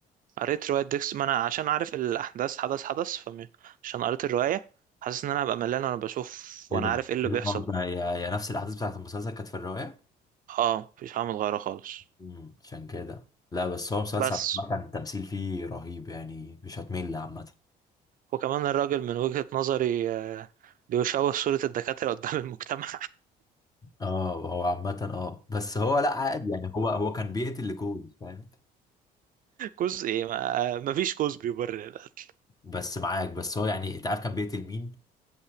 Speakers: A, on the right (about 55°); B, on the left (about 20°).
A: قريت رواية ديكستر ما انا عشان عارف الاحداث حدث حدث فعشان قريت الرواية حاسس ان انا هبقى ملان وانا بشوف وانا
B: ايه ده؟
A: عارف ايه اللي
B: إيه
A: بيحصل
B: الحوار ده يا يا نفس الاحداث بتاعت المسلسل كانت في الرواية؟
A: اه مفيش حاجة متغيرة خالص
B: امم عشان كده لا بس هو مسلسل
A: بس
B: عامة التمثيل فيه رهيب يعني مش هتمل عامة
A: وكمان الراجل من وجهة نظري آه، بيشوه صورة الدكاترة قدام المجتمع
B: اه هو عامة اه بس هو لا عادي يعني هو هو كان بيقتل لكوز فاهم؟
A: جزء ايه ما ما فيش جزء بيبرر القتل
B: بس معاك بس هو يعني انت عارف كان بيقتل مين؟